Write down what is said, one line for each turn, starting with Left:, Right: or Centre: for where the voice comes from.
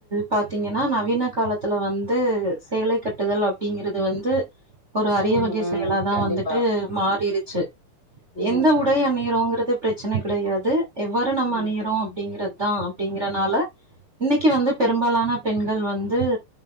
Right: பாத்தீங்கனா நவீன காலத்துல வந்து சேலை கட்டுதல் அப் டிங்கிறது வந்து ஒரு அரிய
Left: ம்
Right: வகை
Left: ம்
Right: செயலா தா
Left: கண்டிப்பா
Right: வந்துட்டு மாறிரு ச்சு
Left: ம்
Right: எந்த உடை
Left: ம்
Right: அணியிறோங்குறது பிரச்சன கிடயாது எவ்வாறு நம்ம
Left: ம்
Right: அணியிறோ அப்டிங்கிற தா அப்டிங்கிறனால இன்னக்கி வந்து பெரும்பாலான பெண்கள் வந்து